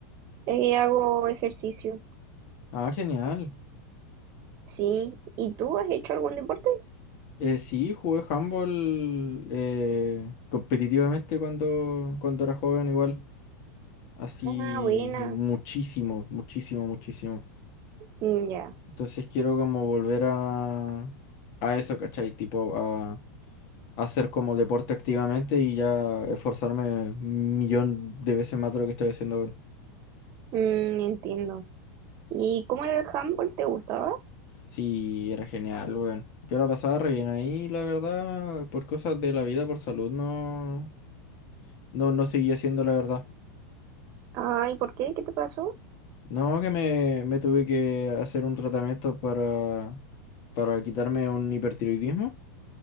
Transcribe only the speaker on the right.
eh, hago ejercicio.
Sí, ¿y tú has hecho algún deporte?
Ah, buena.
Mm, Ya,
Mm, entiendo. ¿Y cómo era el handball? ¿Te gustaba?
Ah, ¿y por qué? ¿Qué te pasó?